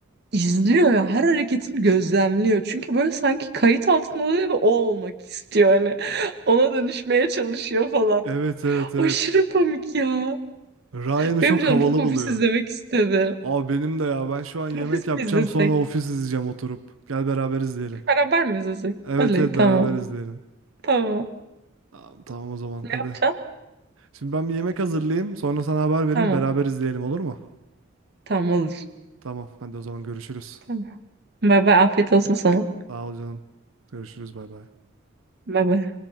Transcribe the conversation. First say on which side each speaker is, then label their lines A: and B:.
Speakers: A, on the right; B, on the right.
A: izliyor ya her hareketini gözlemliyor. Çünkü böyle sanki kayıt altında oluyor ve o olmak istiyor yani, <laughs> Ona dönüşmeye çalışıyor falan.
B: Evet evet evet.
A: Aşırı komik ya.
B: Ryan'ı
A: Benim
B: çok
A: canım
B: havalı
A: çok ofis
B: buluyor.
A: izlemek istedi.
B: Abi benim de ya ben şu an yemek
A: Ofis
B: yapacağım
A: mi izlesek?
B: sonra ofis izleyeceğim oturup. Gel beraber izleyelim.
A: Beraber mi izlesek?
B: Evet
A: Oley
B: evet
A: tamam.
B: beraber izleyelim.
A: Tamam.
B: Tamam, tamam o zaman
A: Ne
B: hadi.
A: yapacaksın?
B: Şimdi ben bir yemek hazırlayayım sonra sana haber vereyim
A: Tamam.
B: beraber izleyelim olur mu?
A: Tamam olur.
B: Tamam hadi o zaman görüşürüz.
A: Tamam. Bay bay afiyet olsun sana.
B: Sağ ol canım. Görüşürüz bay bay.
A: Bay bay.